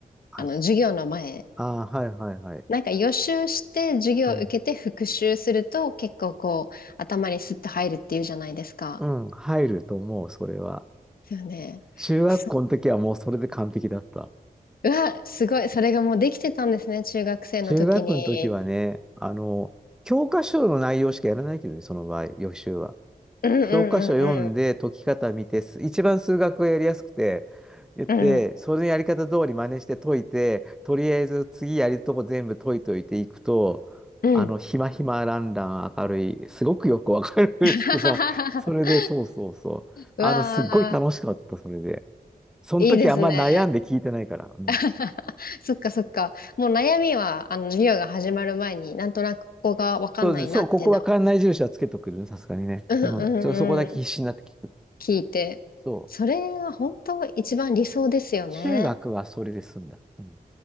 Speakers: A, in the centre; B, on the left.
A: あ、
B: あの、
A: す
B: 授業の前。
A: あー、はいはいはい。
B: なんか予習して授業を受けて復習すると結構こう頭にスッと入るっていうじゃないですか。
A: うん。うん、入ると思う、それは。
B: ですよね。
A: 中学校の時はもうそれで完璧だった。
B: そう。うわ、すごい。それがもうできてたんですね。中学生の時に。
A: 中学の時はね、あの、教科書の内容しかやらないけどね、その場合、予習は。
B: うんうんう
A: 教科書読んで解き方見て、す一番数学がやりやすくて、言って、
B: んう
A: そのやり方通り真似して解いて、とりあえず次やるとこ全部解いといていくと、
B: ん。
A: あの、
B: うん。うん。
A: ひまひまランラン明るい、すごくよくわかるっつってさ、
B: <laughs>
A: それで、そうそうそう。
B: うわ
A: あの、すっごい楽しかった、それで。その時あんま悩んで聞いてないから。
B: ー、いいですね。
A: うん
B: <laughs> そっかそっか。もう悩みは、あの、授業が始まる前になんとなくここがわかんないなっていうのは。
A: そうです、そう、ここは館内住所はつけとくるさすがにね。
B: うんう
A: うん。そう、そこだけ必死になって聞くっていう。
B: んうん。聞いて。
A: そう。
B: それが本当一番理想ですよね。
A: 中学はそれで済んだ。うん。